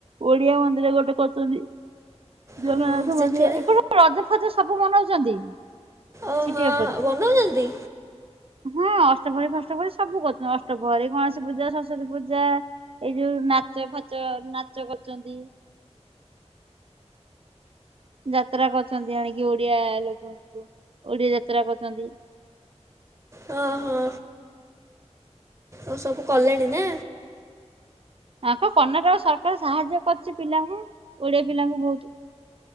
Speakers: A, on the right (about 55°); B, on the right (about 25°).
A: ଓଡିଆ ମନ୍ଦିର ଗୋଟେ କରଛନ୍ତି। ଜଗନ୍ନାଥ
B: ହଁ ସେଠି
A: ମନ୍ଦିର
B: ନା
A: ଏପଟ ରଜ ଫଜ ସବୁ ମନଉଛନ୍ତି।
B: ଓହୋ
A: ସିଟି ଅପରେ।
B: ବନଉଛନ୍ତି
A: ହଁ ଅଷ୍ଟଭରି ଫଷ୍ଟ ଭରି ସବୁ କରୁ ଅଷ୍ଟଭରି ଗଣ ସ ପୂଜା ସରସ୍ଵତୀ ପୂଜା ଏଇ ଯୋଉ ନାଚ ଫାଚ ନାଚ କରୁଛନ୍ତି। ଯାତ୍ରା କରୁଛନ୍ତି ଆଣିକି ଓଡିଆ ଲୋକଙ୍କୁ ଓଡିଆ ଯାତ୍ରା କରୁଛନ୍ତି।
B: ହଁ ହଁ। ଓ ସବୁ କଲେଣି ନା?
A: ଆଙ୍କ କର୍ଣ୍ଣାଟକ ସରକାର ସାହାଯ୍ୟ କରୁଛି ପିଲାଙ୍କୁ ଓଡିଆ ପିଲାଙ୍କୁ ବହୁତ।